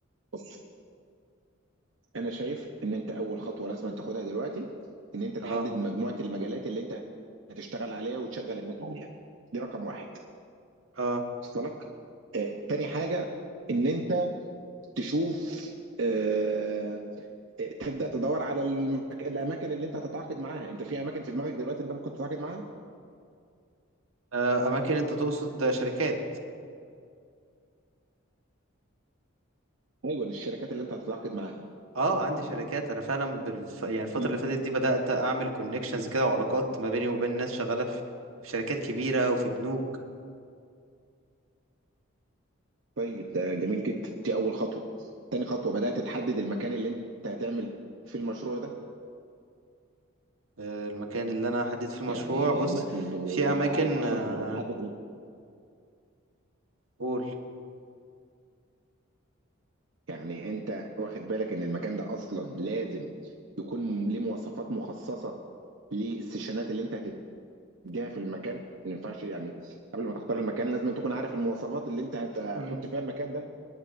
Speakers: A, on the right; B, on the right.
A: بص انا شايف ان انت اول خطوه لازم تاخدها دلوقتي ان انت تحدد
B: اه
A: مجموعه المجالات اللي انت هتشتغل عليها وتشغل الناس عليها دي رقم واحد
B: اه
A: وصل لك آه، تاني حاجه ان انت تشوف آه، آه، تبدا تدور على المك... الاماكن اللي انت هتتعاقد معاها انت في اماكن في دماغك دلوقتي انت ممكن تتعاقد معاها
B: آه، اماكن انت تقصد شركات
A: ايوه الشركات اللي انت هتتعاقد معاها
B: اه عندي شركات انا فعلا بالف... يعني الفتره
A: في
B: اللي فاتت دي بدات اعمل كونكشنز كده وعلاقات ما بيني وبين ناس شغاله في في شركات كبيره وفي بنوك
A: طيب ده جميل جدا دي اول خطوه تاني خطوه بدات تحدد المكان اللي انت هتعمل فيه المشروع ده
B: آه، المكان اللي انا هحدد فيه المشروع
A: يعني
B: بص
A: الم... ال- وانت
B: في اماكن
A: عارف اصلا
B: آه،
A: قبل ما تحدد
B: قول
A: يعني انت واخد بالك ان المكان ده اصلا لازم يكون م- ليه مواصفات مخصصه للسيشنات اللي انت هتديها في المكان ما ينفعش يعني قبل ما تختار المكان لازم تكون عارف المواصفات اللي انت هت... هتحط
B: مم.
A: فيها المكان ده